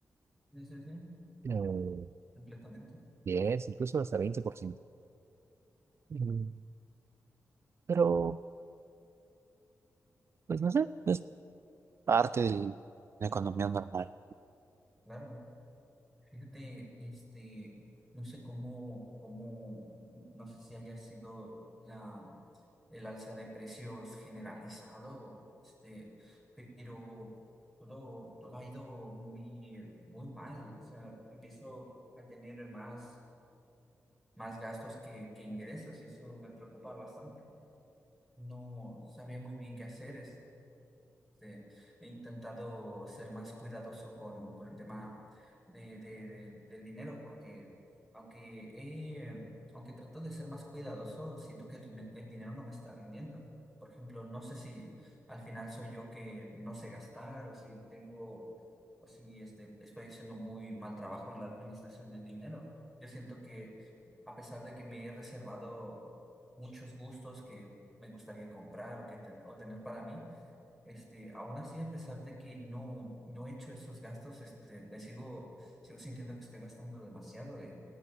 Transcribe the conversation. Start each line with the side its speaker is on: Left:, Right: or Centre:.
Centre: sí, sí, sí,
Right: Eh,
Centre: completamente,
Right: 10, incluso hasta 20%. Mm, Pero, pues no sé, es parte de la economía normal.
Centre: claro. Fíjate, este, no sé cómo, cómo, no sé si haya sido la el alza de precios generalizado, este, pero todo, todo ha ido muy, muy mal. O sea, empiezo a tener más, más gastos que, que ingresos y eso me preocupa bastante. No sabría muy bien qué hacer este, he intentado ser más cuidadoso con, con el tema de, de- de- del dinero, porque aunque, he- aunque trato de ser más cuidadoso, siento que el, rine- el dinero no me está rindiendo. Por ejemplo, no sé si al final soy yo que no sé gastar o si tengo, o si este, estoy haciendo muy mal trabajo en la administración del dinero. Yo siento que a pesar de que me he reservado muchos gustos que me gustaría comprar o, que te- o tener para mí, este, aún así, a pesar de que no, no he hecho esos gastos, este, me sigo, sigo sintiendo que estoy gastando demasiado. eh.